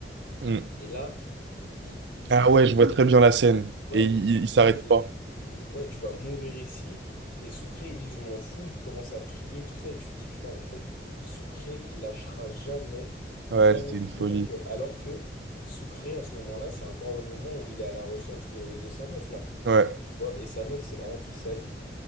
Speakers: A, on the right (about 80°); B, on the left (about 60°).
A: Mm.
B: Et là, ils, ils
A: Ah
B: lui disent,
A: ouais,
B: bon,
A: je vois très bien la scène
B: Ouais,
A: et il, il
B: ils disent
A: il s'arrête pas.
B: tu ouais, tu vas mourir ici et Soucré il dit je m'en fous, il commence à prier tout ça et tu dis putain en fait Soucré il lâchera jamais
A: Ouais,
B: jamais
A: c'était
B: jamais
A: une folie.
B: Michael alors que Soucré à ce moment-là, c'est encore le moment où il est à la recherche de, de sa meuf là.
A: Ouais.
B: Tu vois, Et sa meuf c'est vraiment toute sa vie